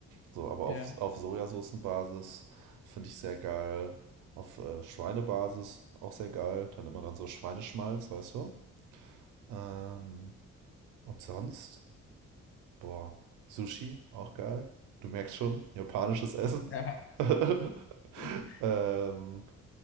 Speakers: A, on the right; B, on the left.
A: So, aber
B: Ja.
A: auf, auf Sojasoßenbasis finde ich sehr geil. Auf äh, Schweinebasis auch sehr geil. Dann immer dann so Schweineschmalz, weißt du? Ähm, und sonst, boah, Sushi auch geil. Du merkst schon, japanisches Essen.
B: Ja.
A: <laughs>
B: <laughs>
A: Ähm,